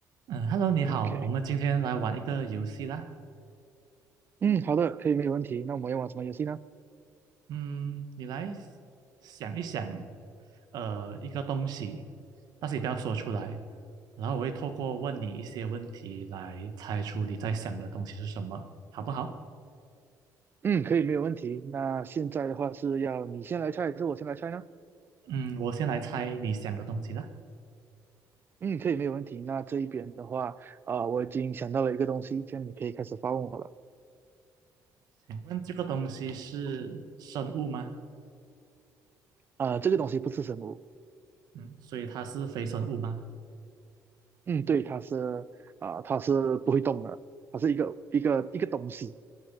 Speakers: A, on the right; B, on the right.
A: 嗯，Hello，你好，
B: OK，
A: 我们今天来玩一个游戏啦。
B: 嗯，好的，可以，没有问题。那我们要玩什么游戏呢？
A: 嗯，你来想一想，呃，一个东西，但是你不要说出来，然后我会透过问你一些问题来猜出你在想的东西是什么，好不好？
B: 嗯，可以，没有问题。那现在的话是要你先来猜，还是我先来猜呢？
A: 嗯，我先来猜你想的东西啦。
B: 嗯，可以，没有问题。那这一边的话，啊、我已经想到了一个东西，这样你可以开始发问我了。
A: 请问这个东西是生物吗？
B: 啊、这个东西不是什么，
A: 嗯，所以它是非生物吗？
B: 嗯，对，它是啊、它是不会动的，它是一个一个一个东西。